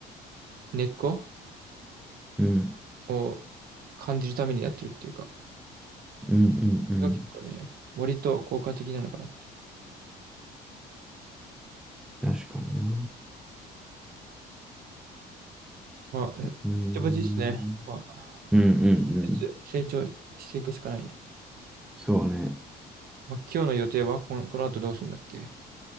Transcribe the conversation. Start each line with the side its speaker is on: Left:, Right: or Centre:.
Right: 根っこ
Centre: うん。
Right: を感じるためにやってるっていうか、
Centre: うんうんうんうん。
Right: それが結構ね、割と効果的なのかなっていう。
Centre: 確かにな。
Right: まあ、えぼちぼちですね。
Centre: うん。
Right: まあ、
Centre: うんうんうん。
Right: ずつ成長していくしかないね。
Centre: そうね。
Right: まあ、今日の予定はこの、この後どうするんだっけ